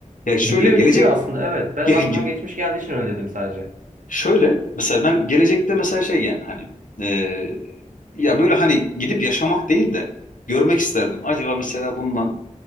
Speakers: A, on the left; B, on the right.
A: Ya şöyle
B: Gidiyor
A: gelecek
B: gidiyor aslında evet.
A: <laughs>
B: Benim
A: ge-
B: aklıma
A: ge-
B: geçmiş geldiği için öyle dedim sadece.
A: şöyle mesela ben gelecekte mesela şey yani hani e, ya böyle hani gidip yaşamak değil de görmek isterdim. Acaba mesela bundan